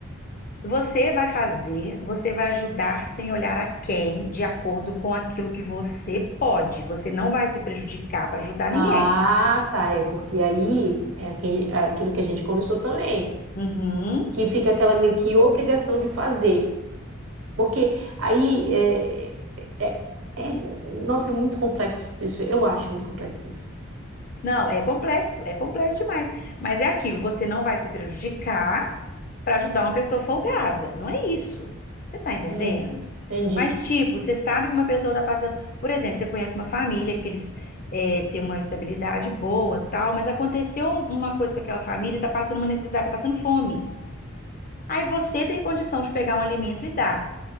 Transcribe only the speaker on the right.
Ah,
tá. É porque aí é aque- é aquilo que a gente conversou também,
que fica aquela meio que obrigação de fazer. Porque aí é, é- é- é, nossa, é muito complexo isso. Eu acho muito complexo isso.
Hum, entendi,